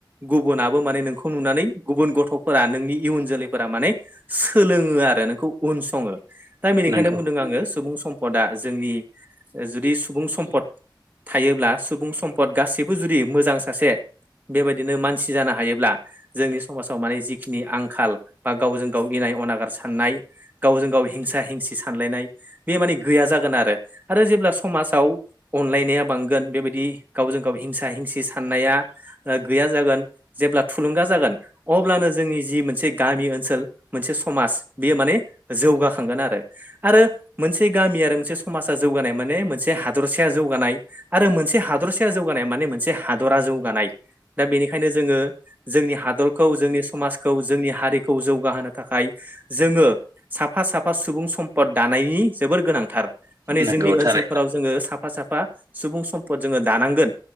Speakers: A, on the right; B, on the right.
A: गुबुनाबो माने नोंखौ नुनानै गुबुन गथ'फोरा नोंनि इयुन जोलै माने सोलोङो आरो नोंखौ उन सङो दा बेनिखायनो
B: नंगौ
A: बुंदों आङो सुबुं सम सम्पदा जोंनि जुदि सुबुं सम्पद थायोब्ला सुबुं सम्पद गासैबो जुदि मोजां सासे बेबायदिनो मानसि जानो हायोब्ला जोंनि समाजाव माने जिखिनि आंखाल बा गावजों गाव इनाय अनागार साननाय गावजों गाव हिंसा हिंसि सानलायनाय। बे माने गैया जागोन आरो आरो जेब्ला समाजाव अनलायनाया बांगोन बेबायदि गावजों गाव हिंसा हिंसि साननाया ओ गैया जागोन जेब्ला थुलुंगा जागोन अब्लानो जोंनि जि मोनसे गामि ओनसोल मोनसे समाज बेयो माने जौगाखांगोन आरो। आरो मोनसे गामि आरो मोनसे समाजा जौगानाय माने मोनसे हादरसाया जौगानाय। आरो मोनसे हादरसाया जौगानाया माने मोनसे हादरा जौगानाय दा बेनिखायनो जोङो जोंनि हादरखौ जोंनि समाजखौ जोंनि हारिखौ जौगाहोनो थाखाय जोङो साफ साफा साफा सुबुं सम्पद दानायनि जोबोर गोनांथार माने
B: नंगौ
A: जोंनि ओनसोलफोराव
B: थारैनो
A: जोङो साफा साफा सुबुं सम्पद जोङो दानांगोन